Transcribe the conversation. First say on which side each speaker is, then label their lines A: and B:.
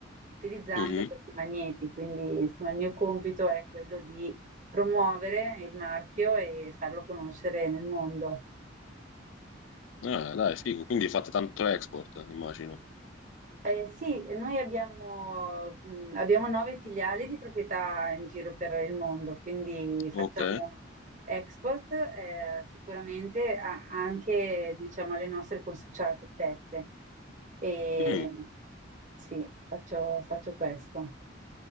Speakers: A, on the right (about 40°); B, on the left (about 80°).
A: utilizzando
B: mhm.
A: questi magneti. Quindi, insomma, il mio compito è quello di promuovere il marchio e farlo conoscere nel mondo.
B: Ah, dai, figo. Quindi fate tanto export, immagino.
A: Eh, sì, noi abbiamo, mh, abbiamo nove filiali di proprietà in giro per il mondo, quindi
B: Ok.
A: facciamo export, eh, sicuramente a- anche, diciamo, alle nostre consociate stesse. E,
B: Mm.
A: sì, faccio, faccio questo.